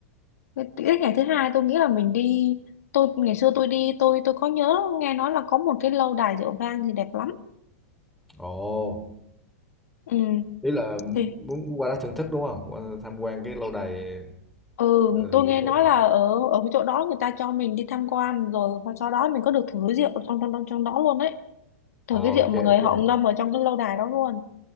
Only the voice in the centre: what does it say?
Ồ,
ý là
muốn qua đó thưởng thức đúng không? Qua tham quan cái lâu đài
ờ,
lụa
đúng không?
Ờ
ok
ok.